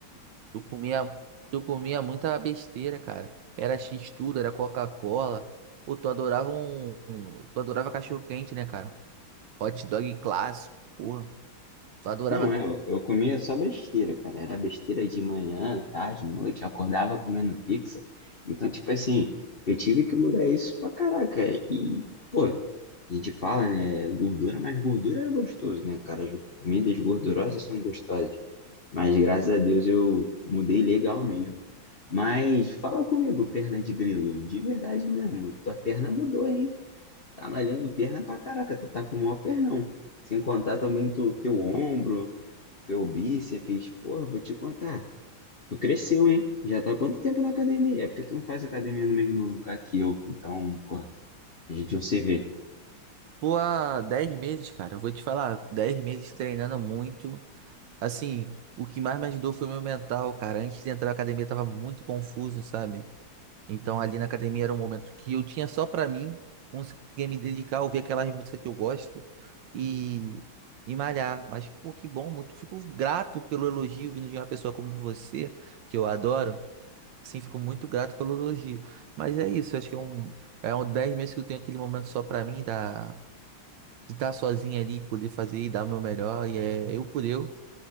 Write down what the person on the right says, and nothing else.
Tu comia, tu comia muita besteira, cara. Era X-tudo, era Coca-Cola. Pô, tu adorava um, um- Tu adorava cachorro-quente, né, cara? Hot dog clássico, porra. Eu adorava.
Pô, há 10 meses, cara. Eu vou te falar, 10 meses treinando muito. Assim, o que mais me ajudou foi o meu mental, cara. Antes de entrar na academia, eu tava muito confuso, sabe? Então, ali na academia era um momento que eu tinha só pra mim, conseguia me dedicar, ouvir aquelas músicas que eu gosto e, e malhar. Mas, pô, que bom, muito. Fico grato pelo elogio vindo de uma pessoa como você, que eu adoro. Sim, fico muito grato pelo elogio. Mas é isso, acho que é um. É um 10 meses que eu tenho aquele momento só pra mim, da de estar sozinho ali, poder fazer e dar o meu melhor, e é eu por eu.